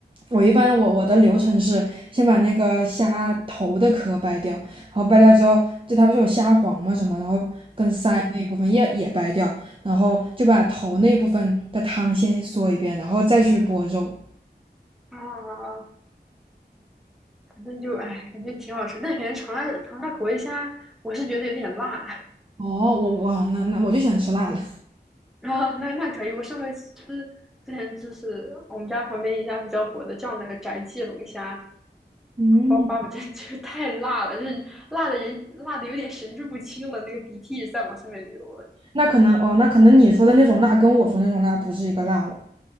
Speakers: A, on the right; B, in the centre.
A: 我一般我我的流程是先把那个虾头的壳掰掉，然后掰掉之后，就它不是有虾黄嘛什么，然后跟鳃那一部分也也掰掉，然后就把头那部分的汤先嗦一遍，然后再去剥肉。
B: 啊啊啊，反正就哎，感觉挺好吃，但感觉长沙长沙口味虾，我是觉得有点辣。
A: 哦，我我那那我就喜欢吃辣了。
B: <laughs> 啊，那那可以。我上回吃之前就是我们家旁边一家比较火的叫那个宅记龙虾，
A: 嗯，
B: 然后把把我这这
A: <laughs>
B: <laughs> 太辣了，就是辣的人辣的有点神志不清了，那个鼻涕在往上面流了。
A: 那可能哦，那可能你说的那种辣跟我说的那种辣不是一个辣了，